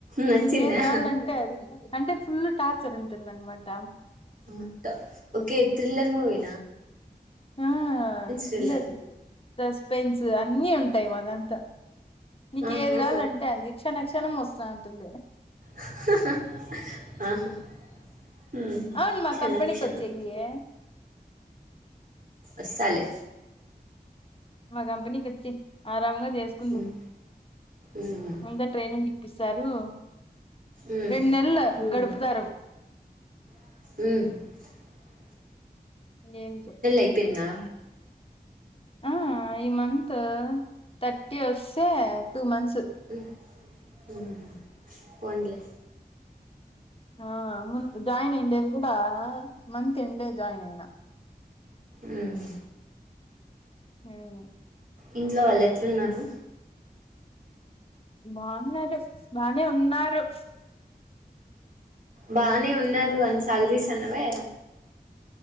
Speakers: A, on the right; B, on the left.
A: నచ్చిందా
B: ఏది కావలంటే అది అంటే. ఫుల్ టార్చర్ ఉంటుంది అన్నమాట
A: అంతా ఓకే థ్రిల్లర్ మూవీ.
B: ఆ
A: థ్రిల్లర్
B: ఇందులో సస్పెన్స్ అన్ని ఉంటా ఇవాలంతా. నీకేది
A: ఆహా
B: కావాలంటే అది. క్షణ క్షణం వస్తా అంటుంది.
A: హా హా ఆహా ఉహు
B: అవును మా
A: క్షణం
B: కంపెనీకి
A: క్షణం
B: వచ్చేయ్యి.
A: ఒస్తాలే
B: మా కంపెనీ కి వచ్చేయి ఆరామ్ గ వర్క్ చేస్తుండు,
A: ఉమ్ ఉమ్
B: అంత ట్రైనింగే. పిసరు
A: ఉమ్
B: రెండు నెల్లు గడువు. దరువు
A: మ్
B: ఏం చెప్పు
A: అయిపోయిందా
B: ఆ ఈ మంత్ థర్టీ వస్తే టూ మంత్స్.
A: మ్ ఉమ్ పోన్లే
B: ఆ ముందు జాయిన్ అయుండేది కూడా మంత్ ఎండే జాయిన్ అయినా.
A: మ్
B: హమ్
A: ఇంట్లో వాళ్ళు ఎట్లున్నారు.
B: బాగున్నారు, బానే ఉన్నారు.
A: బానే ఉన్నారు అని సాగదీస్తాన్నవే.